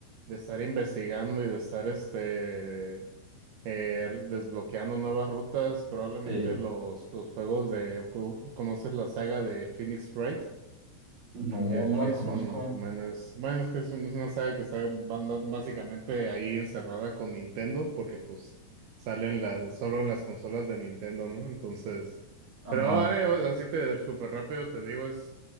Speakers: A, on the right; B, on the right.
A: de estar investigando y de estar este eh, desbloqueando nuevas rutas, probablemente
B: Sí,
A: los, los juegos de conoces la saga de Phoenix Wright
B: No,
A: que,
B: no
A: que
B: la conozco.
A: es un, bueno, es, bueno, es que es, un- es una saga que está ba- ba- básicamente ahí encerrada con Nintendo, porque pues salen la, solo en las consolas de Nintendo, ¿no? Entonces,
B: ajá,
A: pero eh, va- así te súper rápido te digo, es